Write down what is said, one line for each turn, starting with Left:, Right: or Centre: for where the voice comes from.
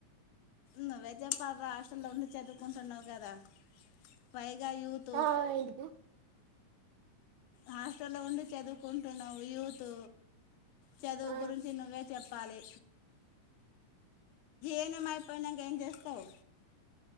Left: ను్ విజంపాత్ర హస్టల్లో ఉండి చదువుకుంటున్నావు్ కదా పై <unintelligible> యోతో
Right: ఆ ఏంటిది
Left: హాస్టల్లో ఉండి చదువుకుంటున్నావు యూత్ చదువు
Right: ఆ
Left: గురించి నువ్వే చెప్ప పాలే ఎన్ఎం అయిపోయినాక ఏం చేస్తావ్